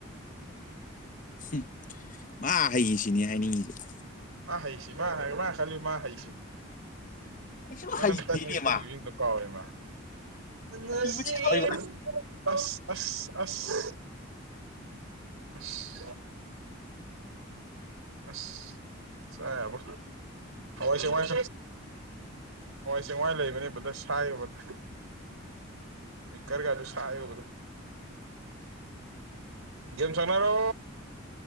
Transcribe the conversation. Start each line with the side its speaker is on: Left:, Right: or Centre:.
Left: ꯍꯝ ꯃꯥ ꯍꯩꯌꯦꯁꯤꯅꯦ ꯍꯥꯏꯅꯤꯡꯉꯤꯁꯤ
Right: ꯃꯥ ꯍꯩꯁꯤ ꯃꯥ ꯍꯥꯏ ꯃꯥ ꯈꯜꯂꯤ ꯃꯥ ꯍꯩꯁꯤꯅꯤ
Left: ꯑꯩꯁꯨ
Right: ꯃꯅꯝ
Left: ꯍꯩꯇꯦꯅꯦ
Right: ꯇꯠꯉꯩ ꯐꯨꯒꯤꯁꯤꯡꯗꯨ
Left: ꯃꯥ
Right: ꯀꯥꯎꯔꯦꯃꯥ ꯉꯁꯤꯁꯨ
Left: ꯍꯩꯕ ꯁꯥꯕꯩ ꯋꯥꯅꯤ
Right: ꯑꯁ ꯑꯁ ꯑꯁ ꯑꯁ ꯑꯁ ꯆꯥ ꯌꯥꯔꯃꯣꯏ ꯍꯋꯥꯏ ꯆꯦꯡꯋꯥꯏ ꯍꯋꯥꯏ ꯆꯦꯡꯋꯥꯏ ꯂꯩꯕꯅꯦ ꯕꯗꯔ ꯁꯥꯏꯌꯣ ꯕꯗꯔ ꯃꯤꯀꯔꯒꯗꯣ ꯁꯥꯏꯌꯣ ꯕꯗꯔ ꯒꯦꯝ ꯁꯥꯟꯅꯔꯣ